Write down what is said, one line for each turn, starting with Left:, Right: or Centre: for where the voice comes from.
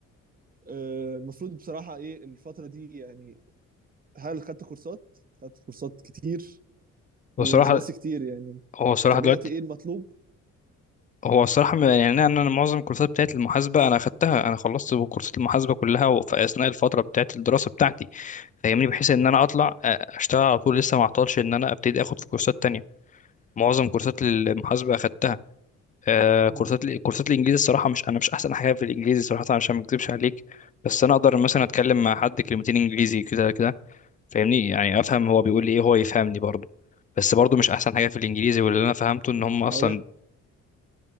Right: آه، المفروض بصراحة ايه الفترة دي يعني هل خدت كورسات؟ خدت كورسات كتير
Left: بصراحه
Right: ومش بس كتير يعني
Left: هو الصراحة
Right: تابعت
Left: دلوقتي
Right: ايه المطلوب؟
Left: هو الصراحة م- يعني أنا أنا معظم الكورسات بتاعت المحاسبة أنا أخدتها أنا خلصت كورسات المحاسبة كلها في أثناء الفترة بتاعت الدراسة بتاعتي فاهمني بحيث إن أنا أطلع أ- أشتغل على طول لسه ما أعطلش إن أنا أبتدي أخد في كورسات تانية معظم كورسات المحاسبة أخدتها آه، كورسات
Right: مم،
Left: ال- كورسات الإنجليزي الصراحة مش أنا مش أحسن حاجة في الإنجليزي صراحة عشان ما أكذبش عليك بس أنا أقدر مثلا أتكلم مع حد كلمتين إنجليزي كده كده فاهمني يعني أفهم هو بيقول لي إيه هو يفهمني برضه بس برضه مش أحسن حاجة في الإنجليزي واللي أنا فهمته إن
Right: ما
Left: هم أصلا
Right: هقول لك